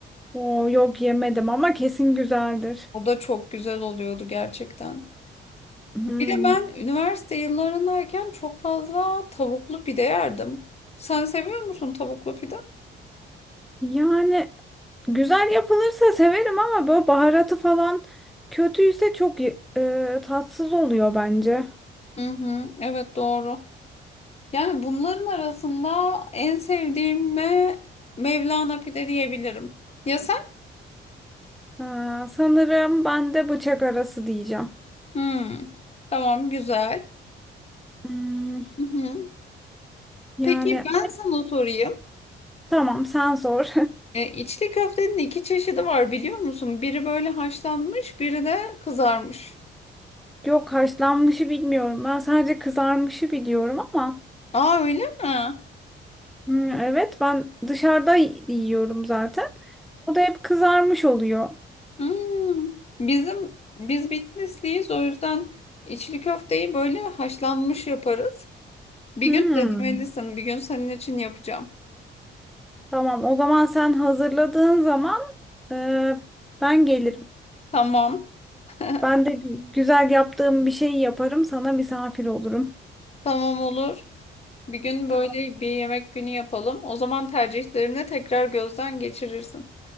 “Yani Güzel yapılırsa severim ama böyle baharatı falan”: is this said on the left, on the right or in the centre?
Centre